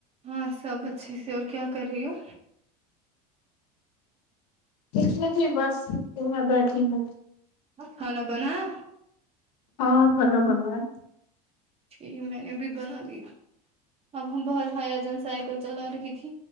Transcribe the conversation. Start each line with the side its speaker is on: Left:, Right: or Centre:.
Right: ہاں سب اچھے سے اور کیا کر رہی ہو
Left: کچھ نہیں بس میں بیٹھی ہ
Right: کھانا بنایا
Left: اور کھانا بنوائے
Right: ج میں نے بھی بنا دیا اب ہم باہر حیا جن سائیکل چلا رہی تھی